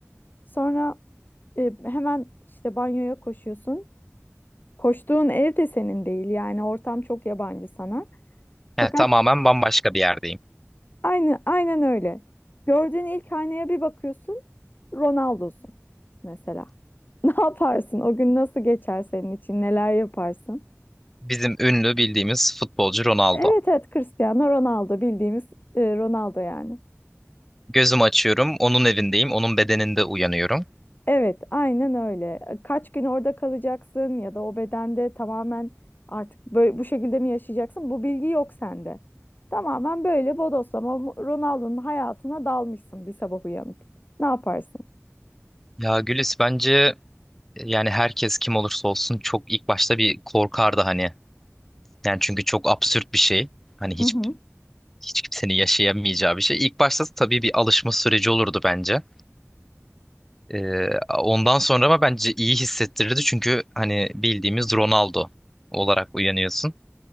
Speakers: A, on the left (about 40°); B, in the centre.
A: Sonra e, hemen işte banyoya koşuyorsun. Koştuğun ev de senin değil yani ortam çok yabancı sana. Fakat
B: Yani tamamen bambaşka bir yerdeyim.
A: Aynı, aynen öyle. Gördüğün ilk aynaya bir bakıyorsun, Ronaldo'sun mesela. <laughs> Ne yaparsın? O gün nasıl geçer senin için? Neler yaparsın?
B: Bizim ünlü bildiğimiz futbolcu Ronaldo.
A: Evet evet Cristiano Ronaldo bildiğimiz e, Ronaldo yani.
B: Gözümü açıyorum, onun evindeyim, onun bedeninde uyanıyorum.
A: Evet aynen öyle. E, Kaç gün orada kalacaksın ya da o bedende tamamen artık böyle bu şekilde mi yaşayacaksın? Bu bilgi yok sende. Tamamen böyle bodoslama Ronaldo'nun hayatına dalmışsın bir sabah uyanıp. Ne yaparsın?
B: Ya Gülis bence e, yani herkes kim olursa olsun çok ilk başta bir korkardı hani. Yani çünkü çok absürt bir şey. Hani hiç
A: Mhm.
B: hiç kimsenin yaşayamayacağı bir şey. İlk başta tabii bir alışma süreci olurdu bence. Ee, ondan sonra ama bence iyi hissettirirdi çünkü hani bildiğimiz Ronaldo olarak uyanıyorsun.